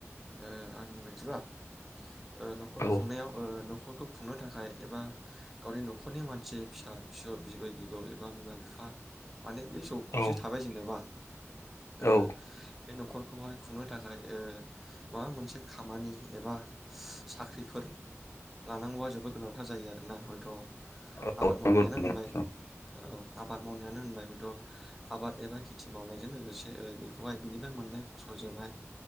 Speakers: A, in the centre; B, on the left.
A: ओ आंनि बायदिबा ओ न'खर
B: औ
A: खुंनायाव न'खर ओ खौ खुंनो थाखाय एबा गावनि न'खरनि मानसि फिसा फिसौ बिबै बिबौ एबा बिमा बिफा माने बे जौ खौसे
B: औ
A: थाबाय जेनेबा ओ
B: औ
A: बे न'खरखौहाय खुंनो थाखाय ओ माबा मोनसे खामानि एबा साख्रिफोर लानांगौ जोबोद गोनांथार जायो आरोना हयथ'
B: नंगौ
A: आबाद मावनायानो
B: नंगौ
A: होनबाय औ आबाद मावनायानो होनबाय हयथ' आबाद एबा खेथि मावनायजों लोगोसे बेखौहाय बिनिफ्राय मोननाय फसलजोंहाय